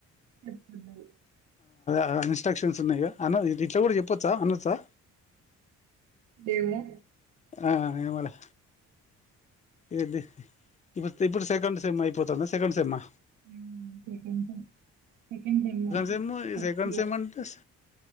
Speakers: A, on the right; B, on the left.
A: చెప్పద్దు.
B: ఆ ఇన్స్ట్రక్షన్స్ ఉన్నాయిగా! అన్నవ్ ఇ ఇట్లా కూడ చెప్పొచ్చా అనచ్చా
A: గేమో
B: ఆ ఏమోలే ఇది ఇప్పుతి ఇప్పుడు సెకండ్ సెమ్ అయిపోతాంద సెకండ్ సెమ్మా?
A: మ్మ్ సెకండ్ సేమ్. సెకండ్ సేమ్ ఫి
B: sem
A: first
B: second
A: year
B: sem అంటే